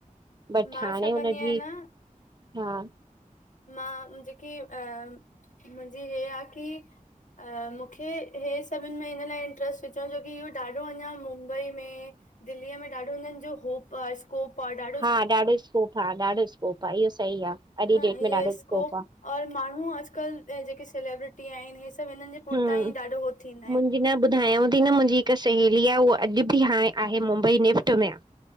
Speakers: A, on the right; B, on the left.
A: बट
B: मां
A: हाणे
B: छा
A: हुनजी,
B: कंदी आहियां न
A: हा
B: मां, जेकी अ मुंजी हे आ कि अ मुखे, हे सभिन में हिन लाए इंट्रेस्ट त च छोकि इहो ॾाढो अञां मुंबई में, दिल्लीअ में, ॾाढो हुनन जो होप आ स्कोप आ ॾा
A: हा ॾाढो स्कोप आ, ॾाढो स्कोप आ, इओ सही आ।
B: न
A: जी डेट
B: इह
A: में ॾाढो
B: स्कोप
A: आ
B: और माणू अॼकल जेके, सेलेब्रिटी आएन, हे सभ हिनन जे पुरतां
A: हम्,
B: ई ॾाढो हो थींदा आहिनि
A: मुंजी न ॿुधायांव थी न मुंजी हिक सहेली आ, उआ अॼ बि हाणे आहे मुंबई निफ्ट में आ।